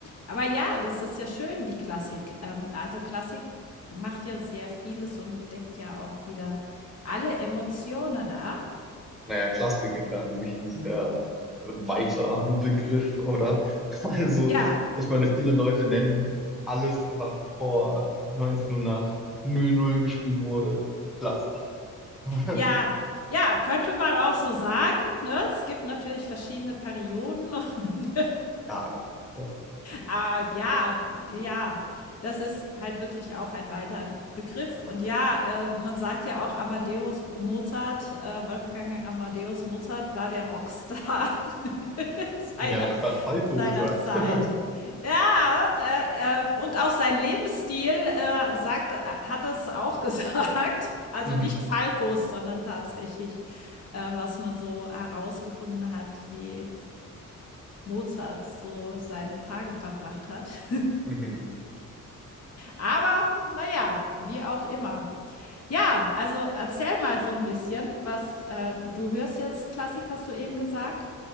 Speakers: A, on the left; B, in the centre.
A: Aber ja, das ist ja schön, die Klassik. Ähm, also Klassik macht ja sehr vieles und deckt ja auch wieder alle Emotionen ab.
B: Ja. Naja, Klassik ist ja an sich ein sehr äh, weiter Begriff, oder? <laughs> Also,
A: Ja,
B: ich meine, viele Leute nennen alles, was vor 1900 geschrieben wurde, klassisch. <laughs>
A: ja, ja, könnte man auch so sagen, ne? Es gibt natürlich verschiedene Perioden <laughs> und
B: Ja, ja. So.
A: Ah, ja, g ja. Das ist halt wirklich auch ein weiter Begriff. Und ja, äh, man sagt ja auch Amadeus Mozart äh, Wolfgang Amadeus Mozart war der Rockstar <laughs> seiner
B: Ja, das hat Falco
A: seiner
B: gesagt.
A: Zeit.
B: <laughs>
A: Ja, äh, äh, und auch sein Lebensstil, äh, sagt äh, hat das auch <laughs> gesagt. Also
B: Mhm.
A: nicht Falcos, sondern tatsächlich, äh, was man so herausgefunden hat, wie Mozart so seine Tage verbracht hat.
B: Mhm.
A: Aber naja wie auch immer. Ja, also erzähl mal so ein bisschen, was äh, du hörst jetzt Klassik, hast du eben gesagt?